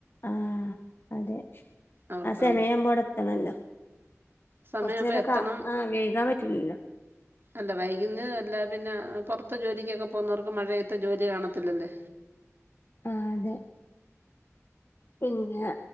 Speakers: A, on the left; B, on the right.
A: ആഹ് അതെ
B: അവർക്കാണ്
A: ആ സെമയാമ്പോടെ എത്തണല്ലോ.
B: സമയമാകുമ്പോൾ
A: കൊറച്ചരംക്ക
B: എത്തണം
A: ആഹ് വെയ്കാ പറ്റൂലല്ലോ.
B: അല്ല വൈകുന്നേ അല്ല പിന്നെ പൊറത്ത് ജോലിക്കൊക്കെ പോകുന്നോർക്ക് മഴയത്ത് ജോലി കാണത്തില്ലല്ല്.
A: ആഹ് അതെ പിന്നെ